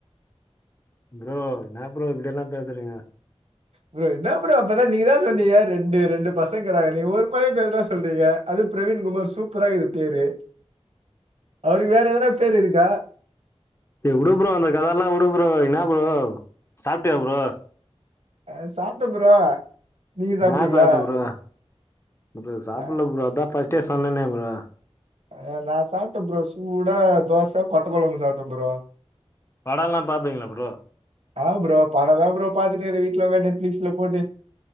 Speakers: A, on the left (about 25°); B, on the right (about 70°).
A: ப்ரோ என்ன ப்ரோ இப்படியெல்லா பேசுறீங்க
B: ப்ரோ என்ன ப்ரோ அப்பதா நீ தா சொன்னீங்க ரெண்டு ரெண்டு பசங்கிறாங்க நீ ஒரு பைய பெயர் தா சொல்றீங்க அது பிரவீன் குமார் சூப்பர ஆ ஈக்குது பேரு
A: <inaudible>
B: அவருக்கு வேற எதனா பேரு இருக்கா
A: விடு ப்ரோ அந்த கத எல்லா விடு ப்ரோ என்ன ப்ரோ சாப்பிட்டைய ப்ரோ
B: அ சாப்பிட்ட ப்ரோ நீங்க சாப்ட்டீங்களா
A: நான் சாப்பிட்டேன் ப்ரோ ப்ரோ சாப்பிடல
B: நா
A: ப்ரோ அதா ஃபர்ஸ்ட்டே சொன்னேனே ப்ரோ
B: அ நா சாப்பிட்ட ப்ரோ சூட தோச கொட்டக்குழம்பு சாப்பிட்ட ப்ரோ
A: படம் எல்லா பாப்பிங்களா ப்ரோ
B: அ ப்ரோ படம் தா பாத்துட்டு இருக்கே வீட்டுல உட்காந்து நெட்ஃபிளிக்சுல போட்டு